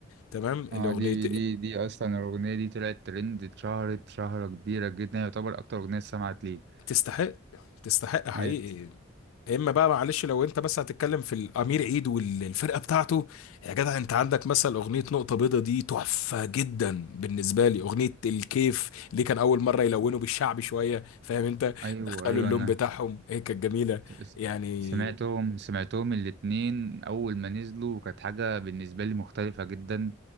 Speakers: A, on the left (about 80°); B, on the right (about 55°).
A: تمام الاغنيه
B: اه دي دي دي اصلا الاغنيه دي طلعت ترند اتشهرت شهره كبيره جدا يعتبر اكتر اغنيه سمعت ليه
A: تستحق تستحق حقيقي
B: إيه،
A: يا اما بقى معلش لو انت بس هتتكلم في الامير عيد والفرقه بتاعته يا جدع انت عندك مثلا اغنيه نقطه بيضه دي تحفه جدا بالنسبه لي اغنيه الكيف اللي كان اول مره يلونوا بالشعبي شويه فاهم انت
B: ايوه
A: دخلوا
B: ايوه
A: اللون
B: انا
A: بتاعهم هي كانت جميله
B: س-
A: يعني
B: سمعتهم سمعتهم الاتنين أول ما نزلوا وكانت حاجة بالنسبة لي مختلفة جدا